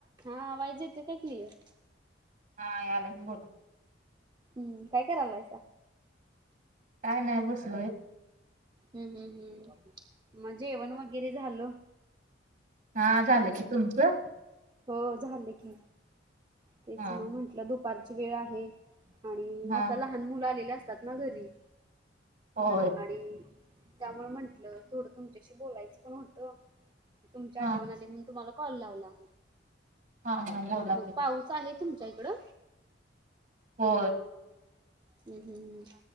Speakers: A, on the right; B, on the right.
A: हा वयज येत काय केली आहे
B: हा यालाही बोला
A: हम्म काय करायलायचा
B: काय नाही, बसलोय.
A: हम् हम् हम्. मग जेवण वगैरे झालं.
B: हा, झालं की, तुमचं?
A: हो झाल की. तेच
B: हा
A: मग म्हंटलं दुपारची वेळ आहे, आणि,
B: हा
A: आता लहान मुलं आलेली असतात ना घरी.
B: हो
A: आणि त्यामुळे म्हंटलं थोडं तुमच्याशी बोलायचं पण होतं तुमची आठवण
B: हा
A: आली म्हणून तुम्हाला कॉल लावला
B: हा हा बोला
A: मग
B: की
A: पाऊस आहे तुमच्या इकडं
B: हो
A: हम्म हम् हम